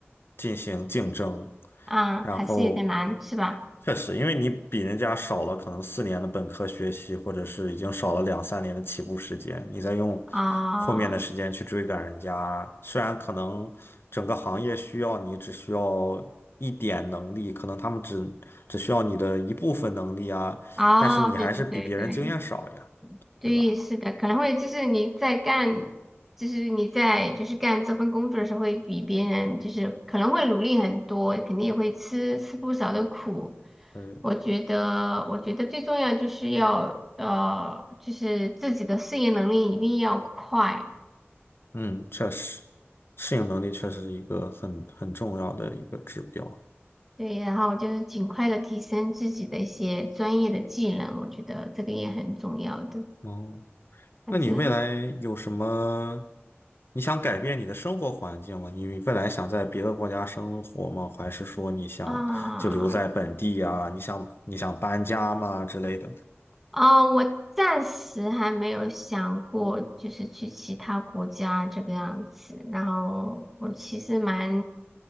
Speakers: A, on the left; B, in the centre.
A: 进行竞争，
B: 啊，
A: 然后
B: 还是有点难，是吧？
A: 确实，因为你比人家少了可能四年的本科学习，或者是已经少了两三年的起步时间，你再用
B: 啊，
A: 后面的时间去追赶人家，虽然可能整个行业需要你只需要一点能力，可能他们只只需要你的一部分能力啊，
B: 哦，
A: 但是你还是比别人经验少呀，
B: 对对对对。
A: 对吧？
B: 对，是的，可能会就是你在干，就是你在就是干这份工作的时候，会比别人就是可能会努力很多，肯定也会吃吃不少的苦。
A: 嗯。
B: 我觉得，我觉得最重要就是要呃，就是自己的适应能力一定要快，
A: 嗯，确实，适应能力确实是一个很很重要的一个指标。
B: 对，然后就是尽快的提升自己的一些专业的技能，我觉得这个也很重要的。
A: 哦，
B: 反正
A: 那你未来有什么？你想改变你的生活环境吗？你未来想在别的国家生活吗？还是说你想就留在本地啊？
B: 啊。
A: 你想你想搬家吗之类的
B: 啊，我暂时还没有想过，就是去其他国家这个样子。然后我其实蛮